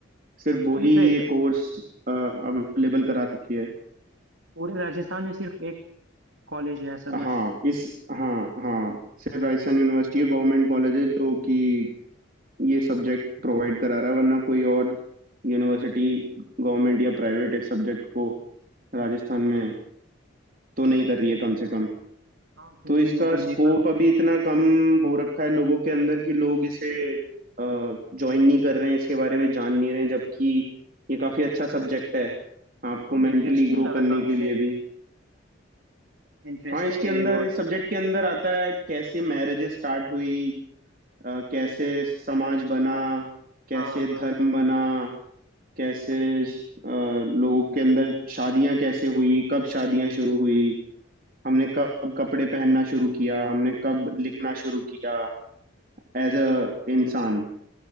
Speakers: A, on the right; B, on the right.
A: सिर्फ वही
B: सिर्फ
A: ये
B: एक
A: कोर्स अवेलेबल करा रखी है
B: पूरे राजस्थान में सिर्फ एक कॉलेज है ऐसा
A: हाँ
B: बस
A: इस हाँ हाँ सिर्फ राजस्थान यूनिवर्सिटी है गवर्नमेंट कॉलेज है जो कि ये सब्जेक्ट प्रोवाइड करा रहा है वरना कोई और यूनिवर्सिटी गवर्नमेंट या प्राइवेट इस सब्जेक्ट को राजस्थान में तो नहीं कर रही है कम से कम
B: हाँ क्योंकि
A: तो इसका
B: अगर देखा
A: स्कोप अभी इतना कम हो रखा है लोगों के अंदर कि लोग इसे ज्वाइन नहीं कर रहे हैं इसके बारे में जान नहीं रहे हैं जबकि ये काफी अच्छा सब्जेक्ट है आपको
B: हाँ
A: मेंटली
B: इंटरेस्टिंग
A: ग्रो
B: लगा
A: करने
B: था मुझे
A: के लिए भी
B: इंटरेस्टिंग
A: हाँ इसके
B: है
A: अंदर
B: ये बहुत
A: इस सब्जेक्ट के अंदर आता है कैसे मैरिजेस स्टार्ट हुई अ, कैसे समाज बना कैसे
B: हाँ
A: धर्म बना कैसे श- अ, लोगों के अंदर शादियां कैसे हुई कब शादियां शुरू हुई हमने कब कपड़े पहनना शुरू किया हमने कब लिखना शुरू किया एज
B: हाँ
A: अ इंसान